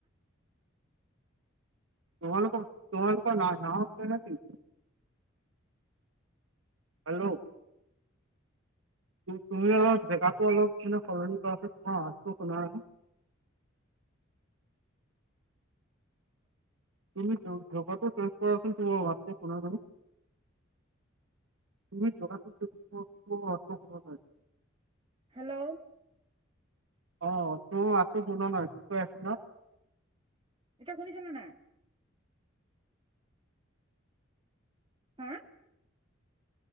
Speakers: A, on the right; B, on the right.
A: তোমালোকৰ, তোমালোকৰ নাম, নাম আছে নেকি? হেল্ল'? তুমি অলপ, জেগাটো অলপ মানে, সলনি কৰা চোন? তোমাৰ মাতটো শুনা <unintelligible> তুমি <unintelligible> জাগাতো চেঞ্চ কৰাচোন? তোমাৰ মাতটো শুনা নাই। তুমি জাগাটো চেঞ্চ কৰাচোন? মই মাতটো শুনা নাই।
B: হেল্ল'?
A: অ'! তোমাৰ মাততো শুনা নাই? কি কৈ আছিলা?
B: এতিয়া শুনিছানে নাই? হা?